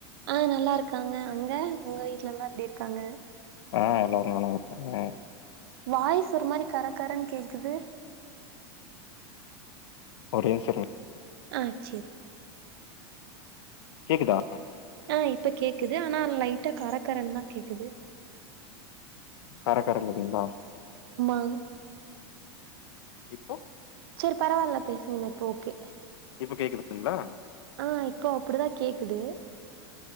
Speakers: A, on the right; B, on the left.
A: அஹ் நல்லா இருக்காங்க அங்க உங்க வீட்டுல எல்லாம் எப்படி இருக்காங்க
B: அஹ் எல்லோரும் நல்லா இருக்காங்க
A: வாய்ஸ்ஸு ஒரு மாரி கர கரன்னு கேக்குது
B: ஒரே நிமிஷம் இருங்க
A: அஹ் சேரி
B: கேக்குதா
A: அஹ் இப்ப கேக்குது ஆனா லைட்டா கரகரன்னு தான் கேக்குது
B: கர கரங்குதுங்ளா
A: அங்
B: இப்போ
A: சேரி பரவால பேசுங்ண்ணா இப்ப ஓகே
B: இப்ப கேக்குதுங்ளா
A: ஆ இப்போ அப்டிதா கேக்குது